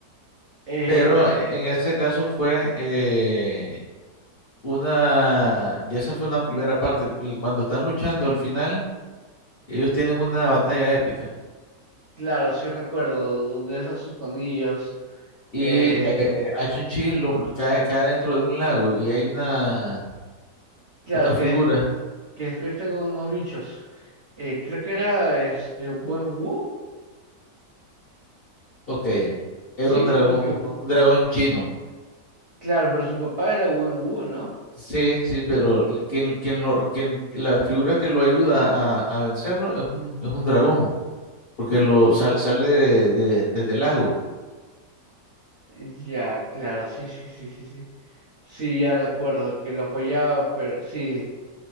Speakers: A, on the right; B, on the left.
A: es
B: Pero en ese caso fue eh, una, ya esa fue una primera parte. el- Cuando están luchando al final, ellos tienen una batalla épica.
A: claro, sí recuerdo, donde es sus anillos,
B: Y
A: eh,
B: eh, a Chun-Chi lo- cae, cae dentro de un lago y hay una,
A: claro,
B: una figura.
A: que, que despierten unos bichos. Eh, creo que era este Wenwu,
B: Ok, era
A: ¿sí?
B: un dragón,
A: ¿O me equivoco?
B: un dragón chino.
A: Claro, pero su papá era Wenwu, ¿no?
B: Sí, sí, pero el- quien, quien lo, quien, la figura que lo ayuda a, a vencerlo es un, es un dragón, porque lo sal- sale de, de- desde el lago.
A: Ya, claro, sí, sí, sí, sí, sí. Sí, ya recuerdo que lo apoyaba, pero sí,